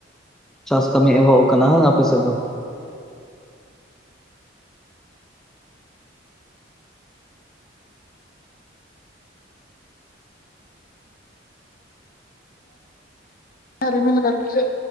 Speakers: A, in the centre; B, on the left.
A: ᱪᱟᱥ ᱠᱟᱹᱢᱤ ᱮᱦᱚᱵ ᱟᱠᱟᱱᱟ ᱟᱯᱮᱥᱮᱫ ᱫᱚ
B: ᱨᱤᱢᱤᱞ ᱠᱟᱫ ᱜᱮᱭᱟᱭ